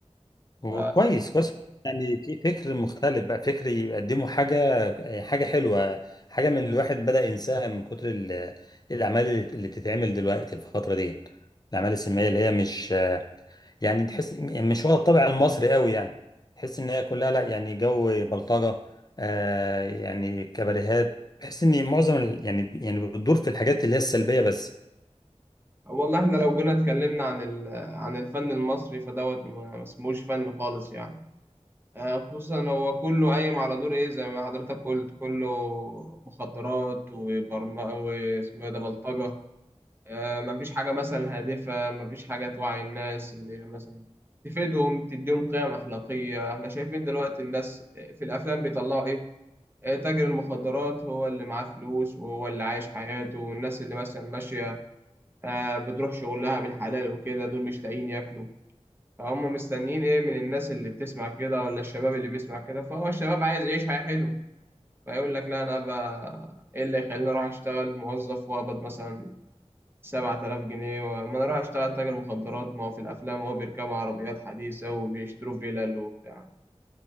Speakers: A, on the left; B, on the right.
A: وكويس
B: ف...
A: كويس يعني في فكر مختلف بقى فكر يقدموا حاجة حاجة حلوة حاجة من اللي الواحد بدأ ينساها من كتر ال- الأعمال اللي بتتعمل دلوقتي الفترة دي الأعمال السينمائية اللي هي مش يعني تحس مش واخدة الطابع المصري قوي يعني تحس إن هي كلها لا يعني جو بلطجة آه يعني كباريهات تحس إن معظم ال- يعني يعني بتدور في الحاجات اللي هي السلبية بس
B: والله احنا لو جينا اتكلمنا عن ال... عن الفن المصري فدوت ما ما اسموش فن خالص يعني آه، خصوصا هو كله قايم على دور ايه زي ما حضرتك قلت كله مخدرات وبرم واسمه إيه ده بلطجة آه، مفيش حاجة مثلا هادفة مفيش حاجة توعي الناس اللي هي مثلا تفيدهم تديهم قيم أخلاقية احنا شايفين دلوقتي الناس في الأفلام بيطلعوا إيه آه، تاجر المخدرات هو اللي معاه فلوس وهو اللي عايش حياته والناس اللي مثلا ماشية آه، بتروح شغلها بالحلال وكده دول مش لاقيين ياكلوا فهم مستنيين إيه من الناس اللي بتسمع كده ولا الشباب اللي بيسمع كده فهو الشباب عايز يعيش حياة حلوة فيقول لك لا أنا بقى إيه اللي يخليني أروح أشتغل موظف وأقبض مثلا 7000 جنيه ما انا اروح اشتغل تاجر مخدرات ما هو في الافلام هو بيركبوا عربيات حديثة وبيشتروا فيلل وبتاع